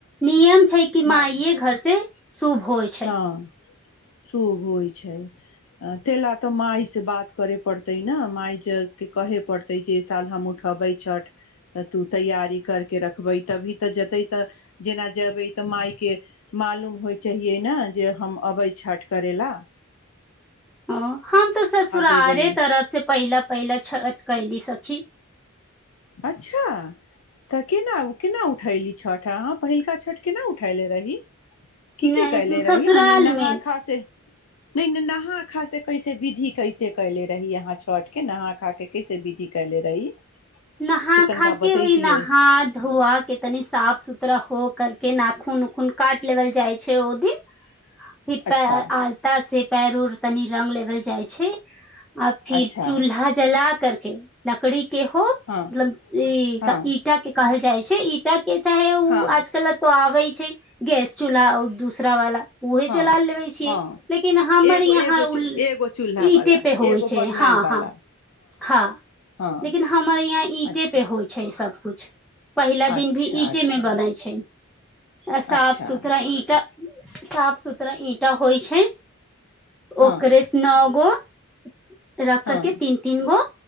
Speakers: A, in the centre; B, on the left.
A: नियम छै कि माँ
B: माय
A: आइे घर से। शुभ होइ छै।
B: हँ शुभ होइत छै ताहि ला तऽ मायसँ बात करय पड़तै ने मायके कहे पड़तै जे साल हम उठेबै छठ तऽ तू तैयारी करके रखबै तभी तऽ जेतै तऽ जेना जेबै तऽ मायके मालूम होइ छैी। किियै ने जे हम अबै छठ करै लए
A: ओ हम तऽ ससुरारे
B: देबै
A: तरफ से पहिला पहिला छत कैली सखी,
B: अच्छा तऽ केना केना उठली छठ, पहिलका छठ केना उठेले रही की
A: नहि
B: की कैल रहिी
A: ससुराल
B: मने नहा
A: मे
B: खास नहि नहा खा से कैसे विधि कैसे कले रही यहाँ छठ के नहा खा के कैसे विधि कले रही।
A: नहा
B: से तनिका
A: खा के
B: बतैतियै
A: भी नहा धोआ कितनी साफ सुथरा हो करके नाखून उखून काट लेल जाइ छै ओ दिन, फिर
B: अच्छा
A: पै आलता से पैर उर, तनी रंग लेबल जाइ छै। आ फिर
B: अच्छा
A: चूल्हा जला, करके लकड़ी केहोो, मतलब
B: हँ
A: ई
B: हँ
A: ईटा के, कहल जाइ छै ईटा, के चाहे उ
B: हँ
A: आजकल ऐतो आबै छै गैस चूल्हा अो दूसरा वाला, उहे
B: हँ
A: चला लेबे छियै
B: हँ
A: लेकिन हमर
B: एगो
A: यहाँ
B: एगो
A: उल
B: चू- एगो चूल्हा
A: ईटे
B: वाला
A: पे होइ
B: एगो
A: छै
B: बर्नल
A: हँ
B: वाला
A: हँ हँ
B: हँ
A: लेकिन हमर इहा ईीटे
B: अच्छा
A: पे होइ छै। ई सबकुछु पहिला
B: अच्छा
A: दिन भी ईंटे
B: अच्छा
A: मे बनै छै। आ साफ
B: अच्छा
A: सुथरा ईंटा साफ सुथरा ईटा होइ छै
B: हँ
A: ओकरे से नओ गो <inaudible> रख
B: हँ
A: करके तीन तीन गो